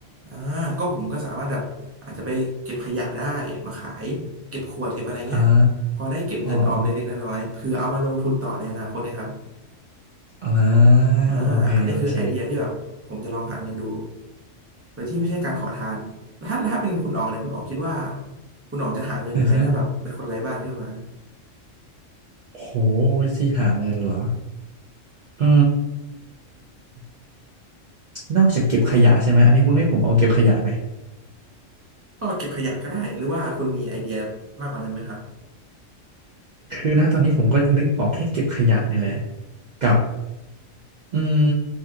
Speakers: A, on the right; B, on the right.
A: อ่าก็ผมก็สามารถแบบอาจจะไปเก็บขยะได้มาขายเก็บขวดเก็บอะไรเงี้ย
B: อ้า
A: พอได้เก็บเงินออมเล็กๆน้อยๆเผื่อเอามาลงทุนต่อในอนาคตนะครับ
B: วอ่า
A: อ่าอันนี้คือไอเดียที่แบบผมจะลองหาเงินดู
B: โอเค โอเค
A: โดยที่ไม่ใช่การขอทานแล้วถ้าแล้วถ้าเป็นคุณอ๋องเนี่ยคุณอ๋องคิดว่าคุณอ๋องจะหาเงินยังไงถ้าแบบเป็นคนไร้บ้านขึ้นมา
B: อือฮะโหวิธีหาเงินเหรออืมนอกจากเก็บขยะใช่ไหมอันนี้คุณให้ผมเอาเก็บขยะไหม
A: ก็เก็บขยะก็ได้หรือว่าคุณมีไอเดียมากกว่านั้นไหมครับ
B: คือนะตอนนี้ผมก็นึกออกแค่เก็บขยะนี่แหละกับอืม